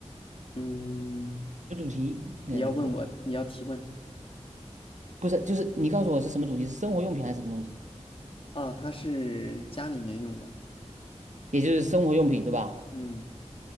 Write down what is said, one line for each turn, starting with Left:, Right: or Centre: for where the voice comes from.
Left: 嗯，
Right: 有主题应该怎么说？
Left: 你要问我，你要提问
Right: 不是，就是你告诉我是什么主题，是生活用品还是什么东西？
Left: 啊？它是家里面用的。
Right: 也就是生活用品对吧？
Left: 嗯。